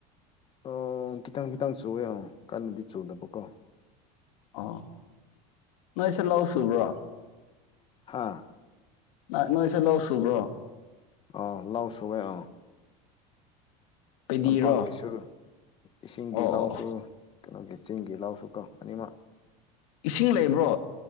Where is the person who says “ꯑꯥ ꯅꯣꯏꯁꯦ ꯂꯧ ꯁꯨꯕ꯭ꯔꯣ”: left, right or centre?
Left